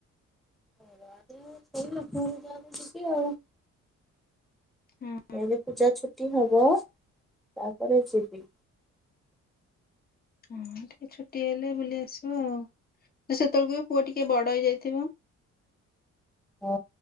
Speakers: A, in the centre; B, on the left.
A: କୁଆଡ଼େ ସେଇ ଲକ୍ଷ୍ମୀ ପୂଜାକୁ ଯିବି ଆଉ।
B: ହୁଁ
A: ଏବେ ପୂଜା ଛୁଟି ହବ ତାପରେ ଯିବି।
B: ହଁ ଟିକେ ଛୁଟି ହେଲେ ବୁଲି ଆସିବ ଆଉ। ତ ସେତୋଳୁକୁ ବି ପୁଅ ଟିକେ ବଡ଼ ହେଇଯାଇଥିବ।
A: ହଁ